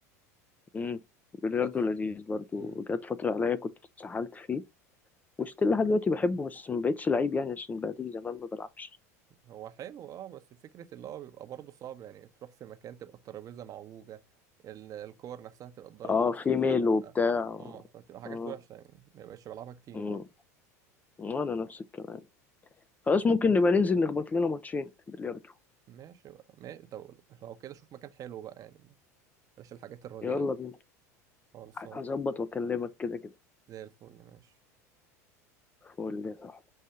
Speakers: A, on the left; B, on the right.
A: امم بلياردو
B: بس
A: لذيذ برضو
B: امم
A: جت فترة عليا كنت اتسحلت فيه وستيل لحد دلوقتي بحبه بس ما بقتش لعيب يعني عشان بقى لي زمان ما بلعبش
B: هو حلو اه بس فكرة اللي هو بيبقى برضه صعب يعني تروح في مكان تبقى الترابيزة معوجة ال- الكور نفسها تبقى اتضربت
A: اه في
B: كتير،
A: ميل
B: فتبقى
A: وبتاع
B: اه فتبقى حاجات
A: امم
B: وحشة يعني ما بقاش بلعبها كتير
A: امم
B: برضه
A: وانا نفس الكلام خلاص ممكن نبقى ننزل نخبط لنا ماتشين بلياردو
B: ماشي بقى ماشي طب لو كده شوف مكان حلو بقى يعني بلاش الحاجات الرديئة
A: يلا
B: دي
A: بينا
B: خلصان
A: هظبط واكلمك كده كده
B: زي الفل ماشي
A: فقول لي صح